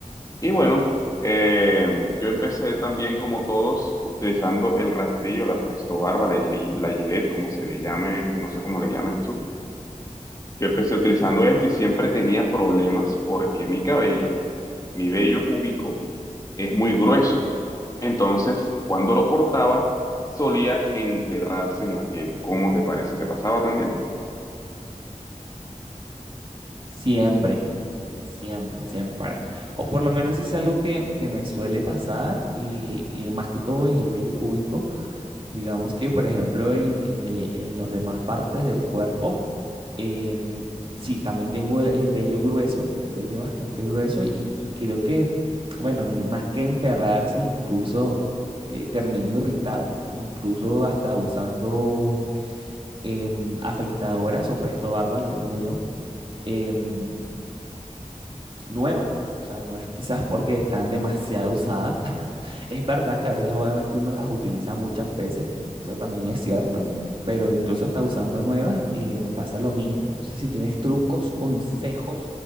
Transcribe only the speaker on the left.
Y bueno, eh, yo empecé también como todos utilizando el rastrillo, la Presto Barba, la, Gillette, la Gillette, como se le llame, no sé cómo le llames tú. Yo empecé utilizando esto y siempre tenía problemas porque mi cabello, mi vello púbico, es muy grueso. Entonces, cuando lo cortaba, solía enterrarse en la piel. ¿Cómo te parece? ¿Te pasaba también?